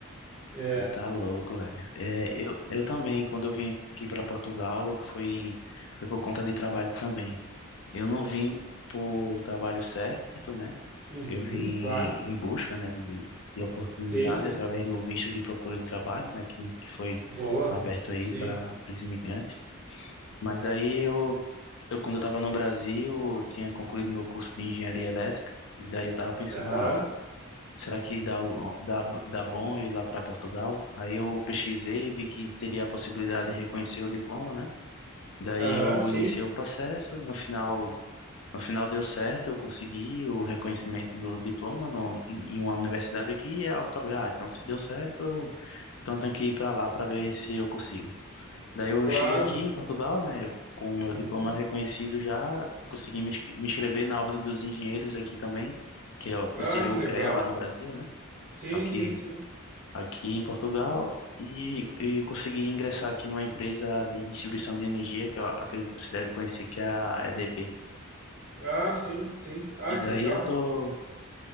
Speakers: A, on the right; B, on the left.
A: é,
B: Você tá louco, velho. É, eu, eu também, quando eu vim aqui para Portugal, foi, foi por conta de trabalho também. Eu não vim por trabalho certo, né?
A: uhum,
B: Eu vim
A: claro.
B: em busca, né, de, de oportunidade
A: Sim, sim.
B: através do visto de procura de trabalho, né, que, que foi
A: Boa.
B: aberto aí
A: Sim.
B: para os imigrantes. Mas aí eu, eu quando eu estava no Brasil, eu tinha concluído meu curso de engenharia elétrica, e daí eu estava pensando,
A: Aham,
B: ah, Será que dá, o- dá, dá bom ir lá para Portugal? Aí eu pesquisei, e vi que teria a possibilidade de reconhecer o diploma, né? Daí
A: aham,
B: eu
A: sim,
B: iniciei o processo, no final, no final deu certo, eu consegui o reconhecimento do diploma no, em uma universidade aqui, e eu acabei, ah, então se deu certo, eu- então eu tenho que ir para lá para ver se eu consigo. Daí eu
A: claro.
B: cheguei aqui em Portugal, né, com o meu
A: Uhum.
B: diploma reconhecido já, consegui me inscre- me inscrever na Ordem dos Engenheiros aqui também, que, é, o- que
A: Ah,
B: seria
A: que
B: o
A: legal,
B: CREA lá no
A: cara.
B: Brasil, né?
A: Sim,
B: Só que
A: sim, sim.
B: aqui em Portugal e, e consegui ingressar aqui numa empresa de distribuição de energia, que eu acredito que você deve conhecer, que é a EDP.
A: Ah, sim, sim. Ah,
B: E daí
A: que legal.
B: eu tô,